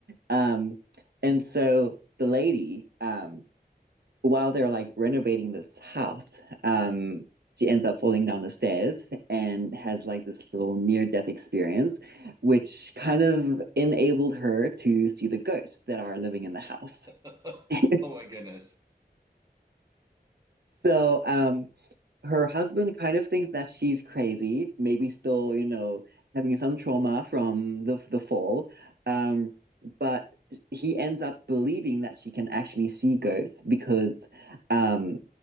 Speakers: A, on the right (about 70°); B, on the right (about 20°).
A: Um, and so the lady, um, while they're like renovating this house, um, she ends up falling down the stairs and has like this little near-death experience, which kind of enabled her to see the ghosts that are living in the house.
B: <laughs>
A: <laughs>
B: Oh my goodness.
A: So, um, her husband kind of thinks that she's crazy, maybe still, you know, having some trauma from the the fall. Um, but he ends up believing that she can actually see ghosts because, um,